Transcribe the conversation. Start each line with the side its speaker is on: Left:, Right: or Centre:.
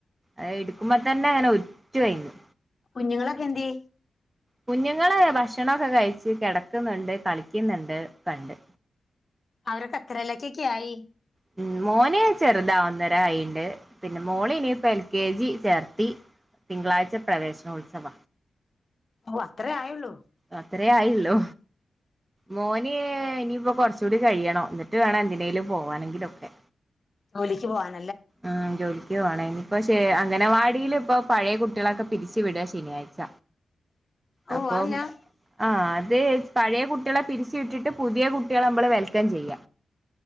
Right: അയെടുക്കുമ്പോ തന്നെ അങ്ങനെ ഒൽ <unintelligible>
Left: കുഞ്ഞുങ്ങളൊക്കെ എന്ത്യെ
Right: കുഞ്ഞുങ്ങള് ഭക്ഷണൊക്കെ കഴിച്ച് കെടക്കുന്നുണ്ട് കളിക്കുന്നുണ്ട് ക്ക്ണ്ട്
Left: അവരൊക്കെത്രേലെക്കൊക്കെയായി
Right: പിൻ മോന് ചെറുതാ ഒന്നര ആയിണ്ട് പിന്നെ മോളിനിയിപ്പോ എൽ കെ ജി ചേർത്തി തിങ്കളാഴ്ച പ്രവേശനോത്സവ
Left: ഉവ്വ അത്രേ ആയുള്ളൂ.
Right: അത്രേ ആയിള്ളു മോന് ഇനിയിപ്പോ കൊറച്ചൂടി കഴിയണം ട്ട് വേണം എന്തിനേലും പോവാനെങ്കിലൊക്കെ
Left: ജോലിക്ക് പോവാൻ
Right: ഉം ജോലിക്ക് പോണം ഇനിപ്പഷേ അങ്ങനെ അംഗനവാടി ഇപ്പൊ പഴയ കുട്ടികളൊക്കെ പിരിച്ചു വിടുക ശനിയാഴ്ച
Left: ഓ
Right: അപ്പം
Left: അതെന്നാ
Right: ആ അത് പഴയ കുട്ടികളെ പിരിച്ചു വിട്ടിട്ട് പുതിയ കുട്ടികളെ നമ്മള് വൽ ത്തം ചെയ്യ